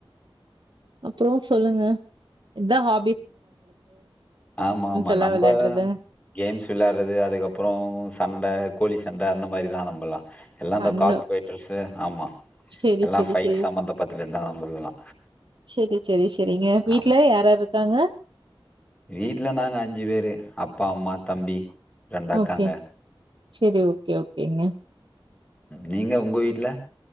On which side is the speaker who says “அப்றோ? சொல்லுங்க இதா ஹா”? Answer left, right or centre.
Right